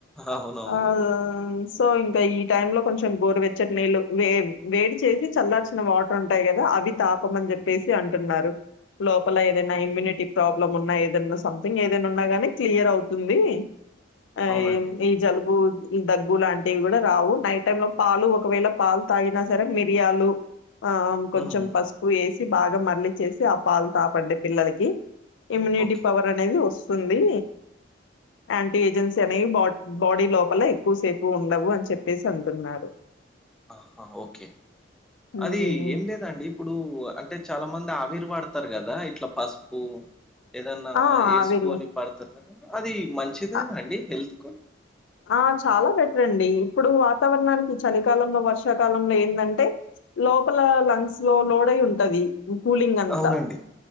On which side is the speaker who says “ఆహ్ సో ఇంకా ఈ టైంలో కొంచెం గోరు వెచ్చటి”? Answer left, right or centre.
Left